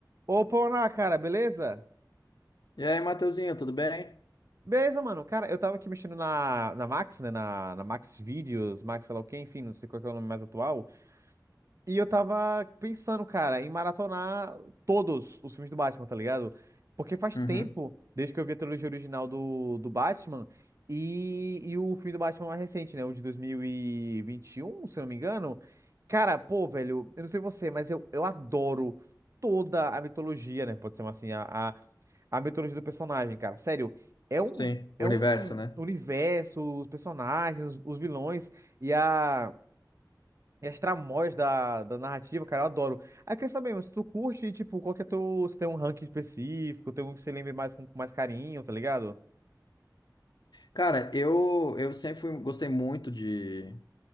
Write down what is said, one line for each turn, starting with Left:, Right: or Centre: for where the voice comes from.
Right: Ô, Pona, cara, beleza?
Left: E aí, Mateuzinho, tudo bem?
Right: Beleza, mano. Cara, eu tava aqui mexendo na, na Max, né? Na, na Max Videos, Max sei lá o quê, enfim, não sei qual que é o nome mais atual. E eu tava pensando, cara, em maratonar todos os filmes do Batman, tá ligado? Porque faz
Left: Uhum.
Right: tempo, desde que eu vi a trilogia original do, do Batman e, e o filme do Batman mais recente, né? O de dois mil e e vinte e um, se eu não me engano. Cara, pô, velho, eu não sei você, mas eu, eu adoro toda a mitologia, né? Pode ser assim, a a- a mitologia do personagem, cara. Sério, é um,
Left: Sim,
Right: é
Left: o universo,
Right: um
Left: né?
Right: universo, os personagens, os, os vilões e, a, e as tramóias da, da narrativa, cara, eu adoro. Aí eu queria saber, mano, se tu curte, tipo, qual que é teu, se tem um ranking específico, tem um que você lembra mais com, com mais carinho, tá ligado?
Left: Cara, eu, eu sempre fui- gostei muito de,